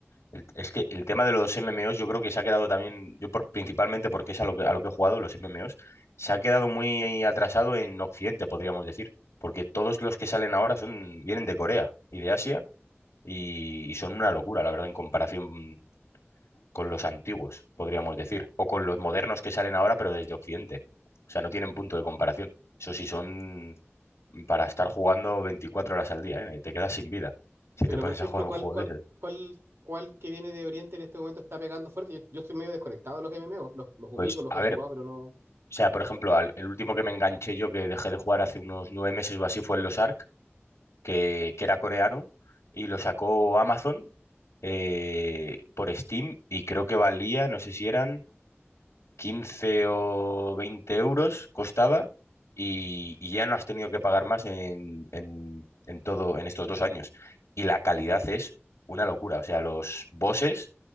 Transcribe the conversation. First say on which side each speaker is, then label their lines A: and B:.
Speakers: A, on the left; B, on the right.
A: el- es que el tema de los MMOs yo creo que se ha quedado también, yo por- principalmente porque es a lo que, a lo que he jugado, los MMOs, se ha quedado muy atrasado en Occidente, podríamos decir, porque todos los que salen ahora son, vienen de Corea y de Asia y, y son una locura, la verdad, en comparación mm, con los antiguos, podríamos decir, o con los modernos que salen ahora, pero desde Occidente. O sea, no tienen punto de comparación. Eso sí, son para estar jugando 24 horas al día, ¿eh? Te quedas sin vida si
B: Pero,
A: te pones
B: por ejemplo,
A: a jugar
B: ¿cuál,
A: un juego
B: cuál,
A: de ese.
B: cuál, cuál que viene de Oriente en este momento está pegando fuerte? Yo, yo estoy medio desconectado de los MMO, los, los ubico,
A: Pues,
B: los
A: a
B: he jugado,
A: ver, o
B: pero no.
A: sea, por ejemplo, al- el último que me enganché yo, que dejé de jugar hace unos nueve meses o así, fue el Los Ark, que, que era coreano, y lo sacó Amazon eh, por Steam, y creo que valía, no sé si eran 15 o 20 euros, costaba, y, y ya no has tenido que pagar más en, en en todo, en estos dos años. Y la calidad es una locura, o sea, los bosses